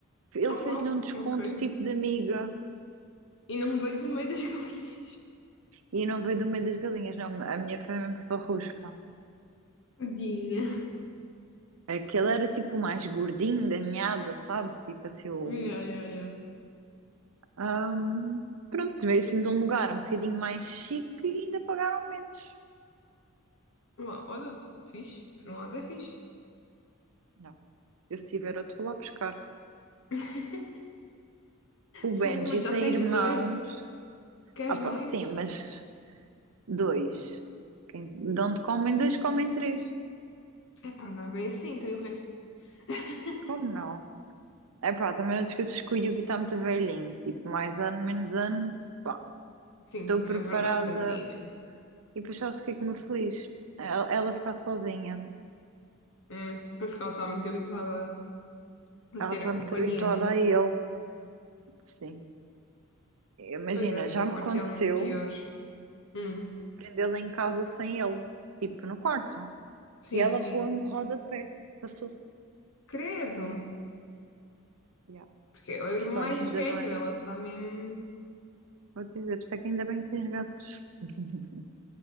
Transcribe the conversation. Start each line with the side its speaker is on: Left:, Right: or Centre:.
Right: Ele
Left: Oh,
Right: fez-lhe
Left: uau,
Right: um desconto
Left: ok.
Right: tipo de amiga.
Left: E não veio do meio das <laughs> galinhas.
Right: E não veio do meio das galinhas, não. A minha foi mesmo só rusca.
Left: Dinha.
Right: Aquele era tipo o mais gordinho da ninhada, sabes? Tipo assim, o...
Left: Yeah, yeah, yeah.
Right: Ahm, pronto, veio assim de um lugar um bocadinho mais chique e ainda pagaram menos.
Left: Uau, olha, fixe. Por um lado é fixe.
Right: Não, eu se tiver outro vou lá buscar.
Left: <laughs>
Right: O Benji
Left: Fogo, mas
Right: tem
Left: já tens
Right: irmãos.
Left: dois. Queres
Right: Ah, pá,
Left: mais?
Right: sim, mas dois. Quem, de onde comem dois, comem três.
Left: Epá, não é bem assim, tem o resto. <laughs>
Right: Como não? É pá, também não te esqueças que o Yugi está muito velhinho. Tipo, mais ano, menos ano. Pá,
Left: Sim,
Right: estou
Left: também
Right: preparada
Left: é verdade, tadinha.
Right: E depois sabes o que é que me feliz? Ela, ela ficar sozinha.
Left: Hum, pois porque ela está muito habituada Para
Right: Ela
Left: ter
Right: está
Left: a
Right: muito
Left: companhia,
Right: habituada
Left: né?
Right: a ele. Sim. Imagina,
Left: Pois essa
Right: já me
Left: parte
Right: aconteceu
Left: é um pior. Hum,
Right: prendê-la em casa sem ele, tipo no quarto.
Left: sim,
Right: E ela
Left: sim.
Right: roa-me o rodapé. Passou-se.
Left: Credo!
Right: Yeah.
Left: Porque é o irmão
Right: Por isso,
Left: mais
Right: olha, ainda
Left: velho,
Right: bem.
Left: ela está mesmo.
Right: Vou te dizer, por isso é que ainda bem que tens gatos. <laughs>